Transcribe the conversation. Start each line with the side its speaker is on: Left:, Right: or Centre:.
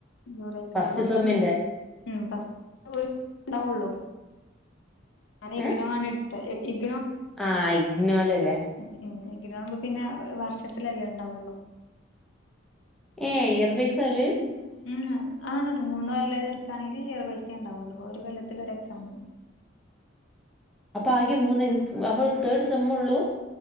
Left: ഉം ജൂലൈ
Centre: ഫസ്റ്റ്
Left: കാരതൊക്കെ
Centre: സെമ്മിന്റെ
Left: ഉം ഫസ്റ്റ് ഓൽക്കേ ണ്ടാകൊള്ളു ഞാനിഗ്നോ
Centre: ഏ
Left: ആണ് എടുത്തത് അഹ് ഇഗ്ന്
Centre: ആ ഇഗ്നോലെ
Left: ഉം ഉം ഇഗ്നോ ആവുമ്പോ പിന്നെ വർഷത്തിലല്ലേ ഇണ്ടാവൊള്ളൂ
Centre: ഏ ഇയർ ബെയിസാ ആയ്ല്
Left: ഉം അ ആണാണ് മൂന്ന്കൊല്ലം അത്ട്ക്കാണെങ്കി - അത് ഇയർ ബൈസേ ഇണ്ടാവൊള്ളൂ. ഒരു കൊല്ലത്തില് ഒരു എക്സാമ്.
Centre: അപ്പൊ ആകെ മൂന്ന് ഇത് അപ്പൊ തേർഡ് സെമ്മോള്ളൂ